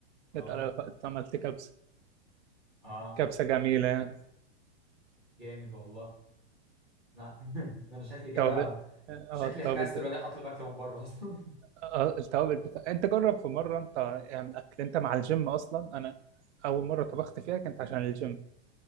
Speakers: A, in the centre; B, on the right.
A: اه
B: جت على وقت عملت كبسة
A: اه
B: كبسة جميلة يعني
A: جاب- جامد والله لا <laughs> ده انا شكلي كده
B: توابل اه آه،
A: شكلي
B: التوابل
A: هكسر واجي اطلب اكل من بره اصلا
B: اه التوابل بتاع انت جرب في مره انت اعمل اكل انت مع الجيم اصلا انا اول مره طبخت فيها كانت عشان الجيم